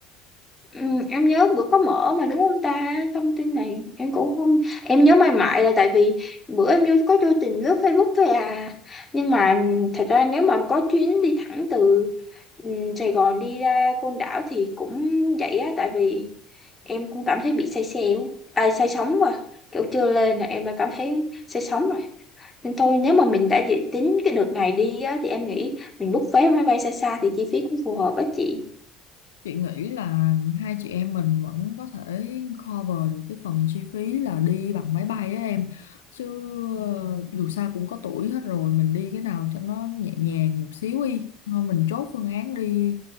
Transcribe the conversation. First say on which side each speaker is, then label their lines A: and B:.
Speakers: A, on the left; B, on the left.
A: ừ, em nhớ bữa có mở mà đúng không ta? Thông tin này em cũng không... Em nhớ mãi mãi là tại vì bữa em vô có vô tình lướt Facebook thôi à. Nhưng mà thật ra nếu mà có chuyến đi thẳng từ ừ, Sài Gòn đi ra Côn Đảo thì cũng vậy á. Tại vì em cũng cảm thấy bị say xe quá. À, say sóng quá. Kiểu chưa lên là em đã cảm thấy say sóng rồi. nên thôi nếu mà mình đã dự tính cái đợt này đi á, thì em nghĩ mình book vé máy bay xa xa thì chi phí cũng phù hợp á chị
B: Chị nghĩ là hai chị em mình vẫn có thể cover được cái phần chi phí là đi bằng máy bay á em. Chứ ờ, dù sao cũng có tuổi hết rồi, mình đi cái nào cho nó nhẹ nhàng một xíu đi. Thôi mình chốt phương án đi